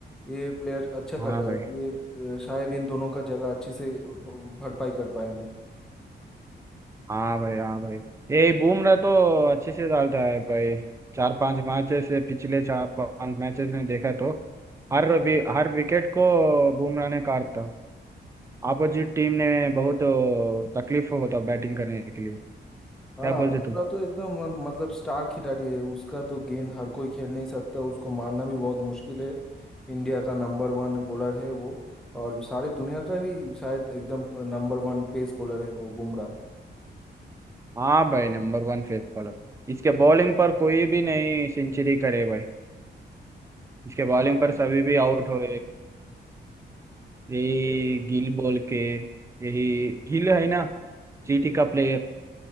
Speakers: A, in the centre; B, on the right.
A: ये प्लेयर अच्छा कर
B: हाँ
A: रहा
B: भाई
A: है ये अ, शायद इन दोनों का जगह अच्छी से भ- भरपाई कर पाएंगे
B: हाँ भाई हाँ भाई ये बुमराह तो अच्छे से डालता है भाई चार पांच मैचेस से पिछले चार पांच मैचेस ने देखा तो हर वि, हर विकेट को बुमराह ने काटा अपोजिट टीम ने बहुत तकलीफ होता बैटिंग करने के लिए क्या
A: हाँ
B: बोलते
A: बुमराह
B: तुम
A: तो एकदम मन- मतलब स्टार खिलाड़ी है उसका तो गेंद हर कोई खेल नहीं सकता उसको मारना भी बहुत मुश्किल है इंडिया का नंबर वन बॉलर है वो और सारे दुनिया का भी शायद एकदम नंबर वन पेस बॉलर है वो बुमराह
B: हाँ भाई नंबर वन फेस बॉलर इसके बॉलिंग पर कोई भी नहीं सेंचुरी करे भाई इसके बॉलिंग
A: हाँ
B: पर सभी भी आउट हो यही
A: ये-
B: गिल बोल के यही गिल है ना जीटी का प्लेयर